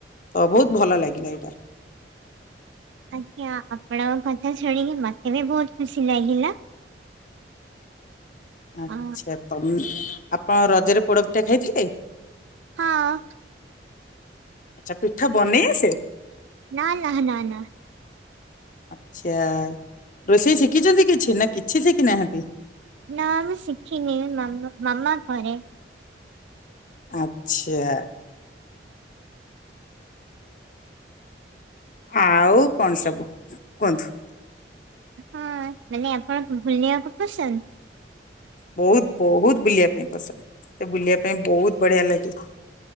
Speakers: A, on the left (about 45°); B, on the right (about 80°).
A: ତ ବହୁତ ଭଲ ଲାଗିଲା ଏଇଟା।
B: ଆଜ୍ଞା, ଆପଣଙ୍କ କଥା ଶୁଣିକି ମତେ ବି ବହୁତ ଖୁସି ଲାଗିଲା।
A: ଆଚ୍ଛା,
B: ଅ
A: ତମେ ଆପଣ ରଜରେ ପୋଡପିଠା ଖାଇଥିଲେ?
B: ହଁ।
A: ଚା ପିଠା ବନେଇ ଆସେ?
B: ନା ନାହା ନା ନା।
A: ଆଚ୍ଛା, ରୋଷେଇ ଶିଖିଛନ୍ତି କିଛି ନା କିଛି ଶିଖି ନାହାନ୍ତି?
B: ନା, ମୁଁ ଶିଖିନେହିଁ ମା ମାମା କରେ।
A: ଆଚ୍ଛା। ଆଉ କଣ ସବୁ କୁହନ୍ତୁ?
B: ହଁ, ମାନେ ଆପଣ ବୁଲିବାକୁ ପସନ୍ଦ?
A: ବହୁତ ବହୁତ ବୁଲିବା ପାଇଁ ପସନ୍ଦ ମତେ ବୁଲିବା ପାଇଁ ବହୁତ ବଢିଆ ଲାଗୁଥୁବ।